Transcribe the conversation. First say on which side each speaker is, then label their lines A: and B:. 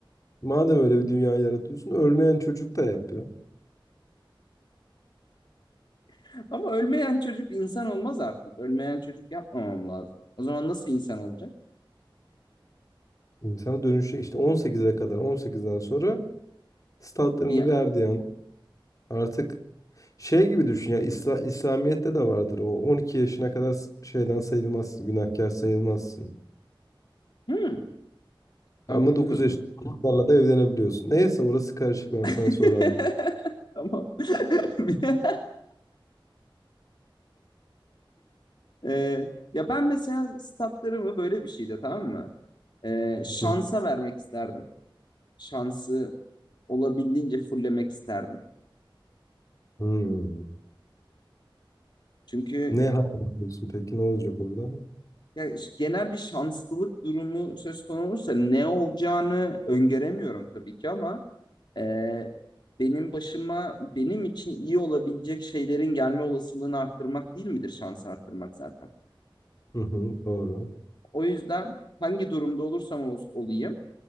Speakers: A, on the left (about 40°); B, on the left (about 55°).
A: madem öyle bir dünya yaratıyorsun, ölmeyen çocuk da yapıyor.
B: <laughs> Ama ölmeyen çocuk insan olmaz artık. Ölmeyen çocuk yapmamam lazım. O zaman nasıl insan olacak?
A: İnsana dönüşü işte 18'e kadar, 18'den sonra statlarını
B: Bir
A: verdiği an Artık şey gibi düşün ya İsla- İslamiyet'te de vardır o 12 yaşına kadar s- şeyden sayılmazsın, günahkar sayılmazsın.
B: Hmm, ben
A: Ama
B: bunu bilmiyordum.
A: 9 yaşında
B: ben.
A: <laughs> çocuklarla da evlenebiliyorsun. Neyse orası karışık ben sana
B: <laughs>
A: sonra anlatayım.
B: Tamam. <laughs> Eee, ya ben mesela statlarımı böyle bir şeyde tamam mı? Ee, şansa
A: Hı.
B: vermek isterdim. Şansı olabildiğince fullemek isterdim.
A: Hmm.
B: Çünkü
A: Ne hayal ediyorsun peki ne olacak orada?
B: ya, genel bir şanslılık durumu söz konusu olursa ne olacağını öngöremiyorum tabii ki ama e, benim başıma benim için iyi olabilecek şeylerin gelme olasılığını arttırmak değil midir şansı arttırmak zaten.
A: Hı hı, doğru.
B: O yüzden hangi durumda olursam ol- olayım